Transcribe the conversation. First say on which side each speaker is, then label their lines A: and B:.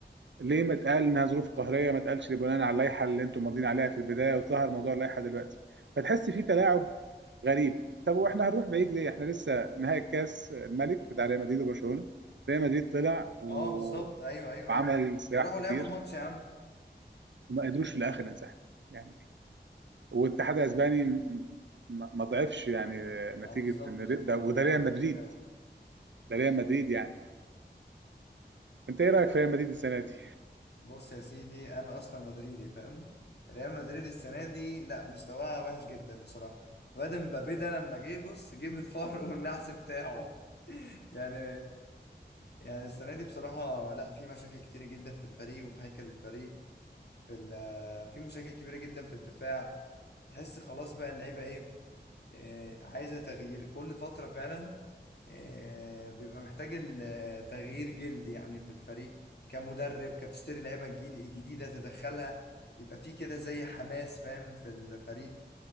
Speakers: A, on the right; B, on the left.
A: ليه ما اتقال انها ظروف قهريه ما اتقالش بناء على اللائحه اللي انتم ماضيين عليها في البدايه وظهر موضوع اللائحه دلوقتي فتحس في تلاعب غريب طب واحنا هنروح بعيد ليه احنا لسه نهائي الكاس الملك بتاع ريال مدريد وبرشلونه ريال مدريد طلع و...
B: اه بالظبط ايوه ايوه
A: وعمل
B: ايوه
A: صياح
B: وراحوا
A: كتير
B: لعبوا الماتش يا عم
A: وما قدروش في الاخر ينسحب يعني والاتحاد الاسباني م- م- ما ضعفش يعني نتيجه
B: اه بالظبط
A: ان ري- ده
B: من
A: وده
B: ريال
A: ريال
B: مدريد
A: مدريد
B: فعلا
A: ده ريال مدريد يعني انت ايه رايك في ريال مدريد السنه دي
B: بص يا سيدي انا اصلا مدريدي فاهم ريال مدريد السنة دي لا مستواها وحش جدا بصراحة الواد مبابي ده لما جه بص جيب الفار <laughs> والنحس بتاعه <laughs> يعني يعني السنة دي بصراحة لا في مشاكل كتيرة جدا في الفريق وفي هيكل الفريق في ال- في مشاكل كبيرة جدا في الدفاع تحس خلاص بقى اللعيبه ايه آه، عايزة تغيير كل فترة فعلا آه، بيبقى محتاج ال- آه، تغيير جلد يعني في الفريق كمدرب كتشتري لعيبة جديد- جديدة تدخلها يبقى في كده زي حماس فاهم في الفريق